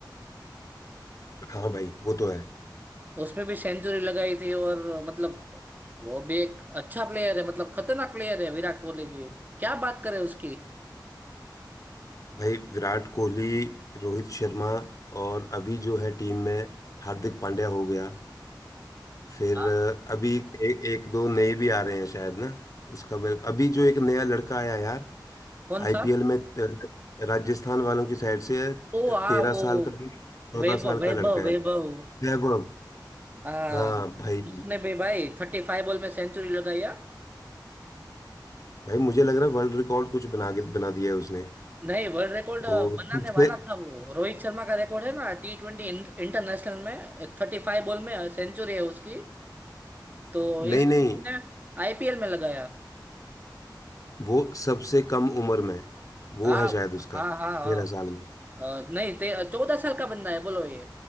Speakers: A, on the left; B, on the right.
A: हाँ भाई वो तो है
B: उसमें भी सेंचुरी लगाई थी और मतलब वो भी एक अच्छा प्लेयर है मतलब खतरनाक प्लेयर है विराट कोहली भी क्या बात करें उसकी
A: भाई विराट कोहली रोहित शर्मा और अभी जो है टीम में हार्दिक पांड्या हो गया फिर
B: हाँ,
A: अ, अभी एक, एक, एक दो नए भी आ रहे हैं शायद ना उसका मेरे अभी जो एक नया लड़का आया यार
B: कौन
A: आईपीएल
B: सा
A: में अ, राजस्थान वालों की साइड से है
B: ओ आ
A: तेरह
B: वो
A: साल का चौदह
B: वैभव
A: साल
B: वैभव
A: का लड़का है
B: वैभव
A: वो। वैभव
B: आ
A: हाँ भाई
B: उसने भी भाई थर्टी फाइव बॉल में सेंचुरी लगाई है
A: भाई मुझे लग रहा है वर्ल्ड रिकॉर्ड कुछ बना के बना दिया है उसने
B: नहीं वर्ल्ड रिकॉर्ड
A: और
B: बनाने
A: सबसे
B: वाला था वो रोहित शर्मा का रिकॉर्ड है ना टी ट्वेंटी इंटरनेशनल में थर्टी फाइव बॉल में सेंचुरी है उसकी तो
A: नहीं
B: इस
A: नहीं
B: बंदे ने आईपीएल में लगाया
A: वो सबसे कम उम्र में वो
B: हाँ
A: है शायद उसका
B: हाँ हाँ हाँ
A: तेरह साल में
B: अ, नहीं ते चौदह साल का बंदा है बोलो ये